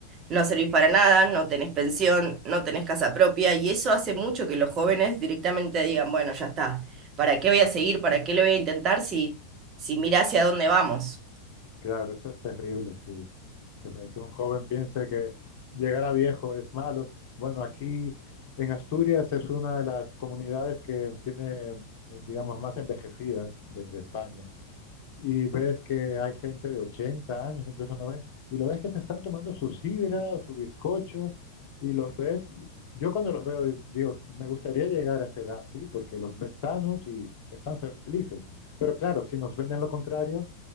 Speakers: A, on the right (about 30°); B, on the left (about 45°).
A: no servís para nada, no tenés pensión, no tenés casa propia, y eso hace mucho que los jóvenes directamente digan, bueno, ya está, ¿para qué voy a seguir? ¿Para qué lo voy a intentar si, si mirá hacia dónde vamos?
B: Claro, eso es terrible, sí. Que, pe- que un joven piense que llegar a viejo es malo. Bueno, aquí en Asturias es una de las comunidades que tiene, eh, digamos, más envejecidas de, de España. y ves que hay gente de 80 años, incluso 90 y lo ves que se están tomando su sidra o su bizcocho, y los ves, yo cuando los veo digo, me gustaría llegar a esa edad, sí, porque los ves sanos y están felices. Pero claro, si nos venden lo contrario,